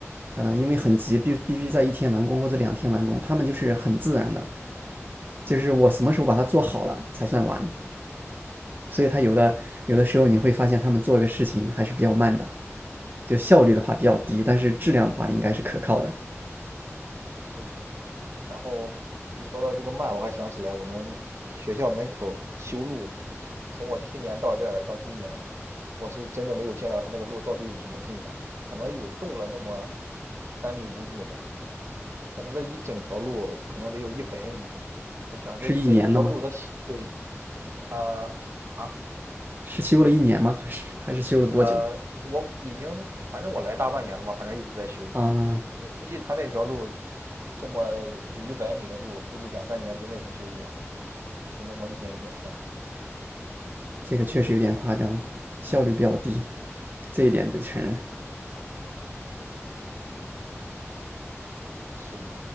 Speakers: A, on the right; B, on the right.
A: 呃，因为很急，必必须在一天完工或者两天完工，他们就是很自然的，就是我什么时候把它做好了才算完。所以他有的有的时候你会发现他们做一个事情还是比较慢的，就效率的话比较低，但是质量的话应该是可靠的。
B: 是的。然后一说到这个慢，我还想起来我们学校门口修路，从我去年到这儿到今年，我是真的没有见到他那个路到底有什么进展，可能有动了那么三米五米的，但是那一整条路可能得有一百米。我想这这一条路它对
A: 是一年的吗？
B: 啊啊、
A: 是修了一年吗？还是还是修了多久？
B: 呃，我已经反正我来大半年了嘛，反正一直在修。
A: 啊、
B: 我估计他那条路这么有一百米的路，估计两三年之内是修不完的，就那么一点一点干。
A: 这个确实有点夸张，效率比较低，这一点得承认。
B: 是的，